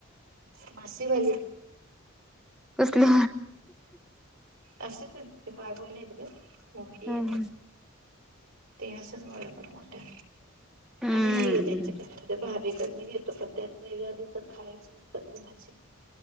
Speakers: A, on the right; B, in the centre.
A: मासी भरी
B: कसली
A: भागला भमडीन
B: हम्म
A: ते असेच बर तर मोठ्या
B: हम्म
A: आम्ही नाहीये त्यांच्याकडे ते भाभीकड मी घेतो पण त्या या दिवसात खायची नसतात घमायची